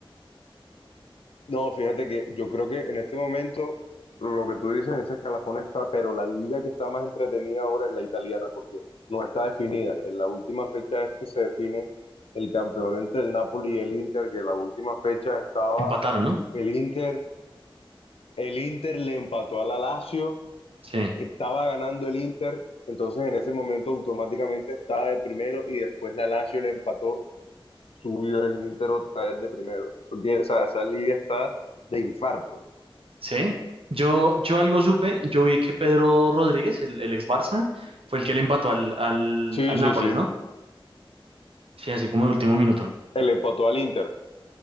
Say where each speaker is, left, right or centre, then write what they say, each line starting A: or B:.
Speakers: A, on the left; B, on the right.
A: No, fíjate que yo creo que en este momento lo que tú dices, ese escalafón está, pero la liga que está más entretenida ahora es la italiana porque no está definida. En la última fecha es que se define el campeón entre el Napoli y el Inter, que en la última fecha estaba
B: empataron, ¿no?
A: el Inter, el Inter le empató a la Lazio,
B: Sí,
A: que estaba ganando el Inter, entonces en ese momento automáticamente estaba de primero y después la Lazio le empató, subió el Inter otra vez de primero. Eso quiere- o sea, esa liga está de infarto.
B: sí. Yo, yo algo supe, yo vi que Pedro Rodríguez, el, el ex Barça, fue el que le empató al, al,
A: Sí,
B: al
A: sí,
B: Nápoles,
A: sí.
B: ¿no? Sí, así como de último minuto.
A: El empató al Inter.